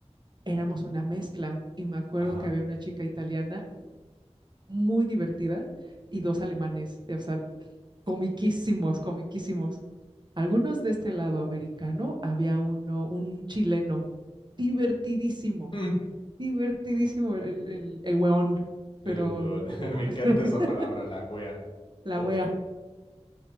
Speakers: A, on the right; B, on the left.
A: éramos una mezcla. Y me acuerdo
B: Ajá.
A: que había una chica italiana muy divertida y dos alemanes. O sea, comiquísimos, comiquísimos. Algunos de este lado americano, había uno, un chileno, divertidísimo,
B: Mm,
A: divertidísimo el, el, el hueón,
B: Mire,
A: pero
B: weón, <laughs>
A: oh,
B: me encanta
A: <laughs>
B: esa palabra, la wea.
A: la
B: Fome.
A: wea.